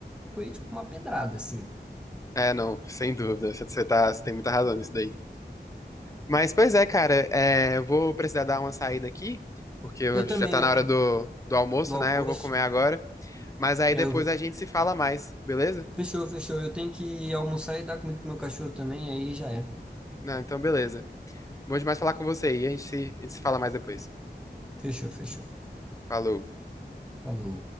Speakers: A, in the centre; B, on the left (about 20°).
A: foi, tipo, uma pedrada, assim.
B: É, não, sem dúvida. Você, você tá, você tem muita razão nisso daí. Mas, pois é, cara, é, eu vou precisar dar uma saída aqui, porque eu-
A: Eu também,
B: já tá
A: eu,
B: na hora do, do almoço,
A: do almoço,
B: né? Eu vou comer agora. Mas aí
A: é,
B: depois
A: eu...
B: a gente se fala mais, beleza?
A: fechou, fechou. Eu tenho que almoçar e dar comida pro meu cachorro também, aí já é.
B: Não, então beleza. Bom demais falar com você aí, a gente se, a gente se fala mais depois.
A: Fechou, fechou.
B: Falou.
A: Falou.